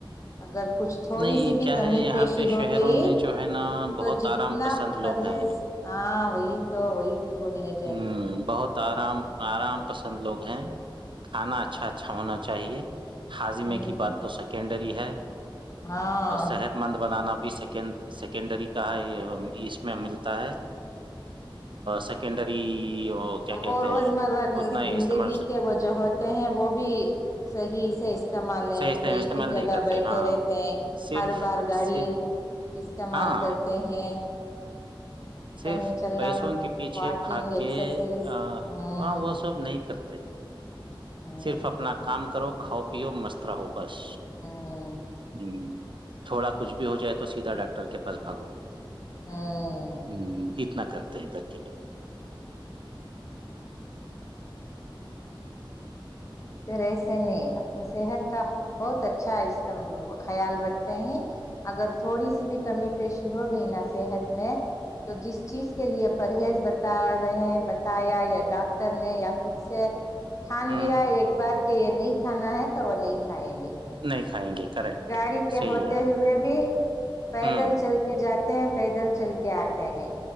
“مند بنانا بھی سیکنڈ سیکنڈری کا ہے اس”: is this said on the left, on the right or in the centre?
Right